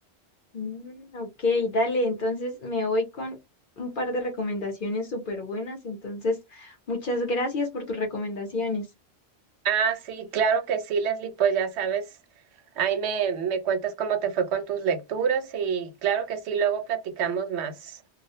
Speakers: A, on the left (about 55°); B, on the right (about 80°).
A: Mm, ok, dale, entonces me voy con un par de recomendaciones súper buenas. Entonces, muchas gracias por tus recomendaciones.
B: Ah, sí, claro que sí, Leslie, pues ya sabes, ahí me, me cuentas cómo te fue con tus lecturas y claro que sí, luego platicamos más.